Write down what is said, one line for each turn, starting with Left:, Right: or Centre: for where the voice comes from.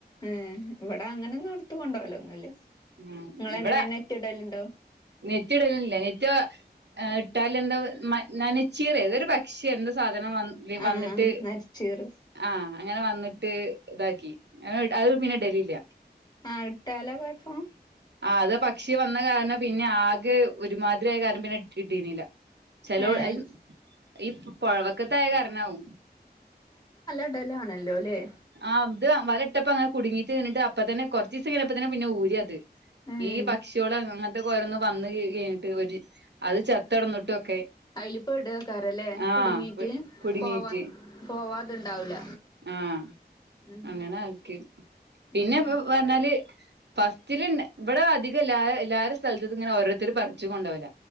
Left: ഏ ഇവിടെ അങ്ങനെ ഒന്നും ഇട്ത്ത് കൊണ്ടാവലോ ഒന്നുല്ല
Right: ഉം
Left: ങ്ങൾ
Right: ഇവിടെ
Left: എങ്ങനെ നെറ്റിടലുണ്ടോ
Right: നെറ്റ് ഇടലില്ല നെറ്റ് ഇട്ടാൽ എന്താ നനച്ചീറ ഏതൊരു പക്ഷി എന്താ സാധ അ
Left: ആഹ്
Right: വന്നിട്ട്
Left: ആഹ് നരിച്ചീറ്
Right: ആഹ അങ്ങനെ വന്നിട്ട് ഇതാക്കി ആ അത് പിന്നെ ഇടലില്ല
Left: ആ ഇട്ടാലോ കൊയപ്പം
Right: ആ അത് പക്ഷി വന്ന കാരണം പിന്നെ ആകെ ഒരുമാതിരി ആയ കാരണം പിന്നെ ഇട്ടിട്ടിരുന്നില്ല ചെലോ
Left: ഏഹ്
Right: അത് ഈ പുഴവക്കത്ത ആയ കാരണകും
Left: ഉണ്ടലാണല്ലോ അല്ലേ
Right: ആ ത് വല ഇട്ടപ്പ അങ്ങനെ കുടുങ്ങിട്ട് നിന്നിട്ട് അപ്പ തന്നെ കുറച്ച് ഇസം കിഞ്ഞപ്പ തന്നെ പിന്നെ ഊരി അത്
Left: ഏഹ്
Right: ഈ പക്ഷികള് അങ്ങനത്തെക്ക ഓരന്ന് വന്ന് കഴിഞ്ഞിട്ട് ഒരു അത് ച്ചത് അത്തടന്നിട്ടൊക്കെ
Left: അയില് പെടേക്കാരല്ലേ
Right: ആ
Left: കുടുങ്ങീട്ട്
Right: കുടുങ്ങീട്ട്
Left: പോവാൻ പോവാതുണ്ടാവൂല
Right: ആഹ
Left: ഉം
Right: അങ്ങനെ ആക്കി പിന്നെപ്പോ
Left: ഉം
Right: പറഞ്ഞാല് ഫസ്റ്റിലുണ്ട് ഇവിടെ അധികം എല്ലാ എല്ലാരു സ്ഥലത്തും ഇങ്ങനെ ഓരോരുത്തർ പറിച്ചു കൊണ്ടോകല